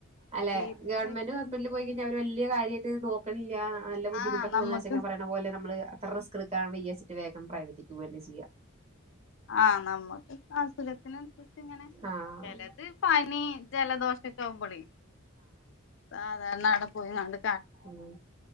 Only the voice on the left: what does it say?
സീരിയസ്
ആയിട്ടുള്ള
എന്തെങ്കിലും
ആഹ് നമ്മക്ക്
ആഹ് നമ്മക്ക് അസുഖത്തിനൻസരിച്ചിങ്ങനെ
ചെലത് പനി, ജലദോഷൊക്കാവുമ്പളേ സാധാരണ അവടെ പോയ്‌ങ്ങാണ്ട്